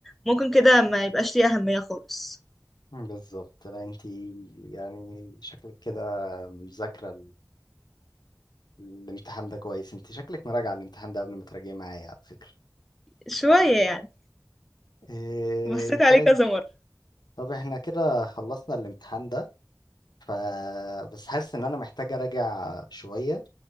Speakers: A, in the centre; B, on the left.
A: ممكن كده ما يبقاش ليه أهمية خالص
B: بالظبط لا انتي يعني شكلك كده مذاكرة ال- الامتحان ده كويس انتي شكلك مراجعة الامتحان ده قبل ما تراجعي معايا على فكرة
A: شوية يعني
B: إيه
A: بصيت
B: طيب
A: عليه كذا مرة
B: طب احنا كده خلصنا الامتحان ده ف بس حاسس ان انا محتاج اراجع شوية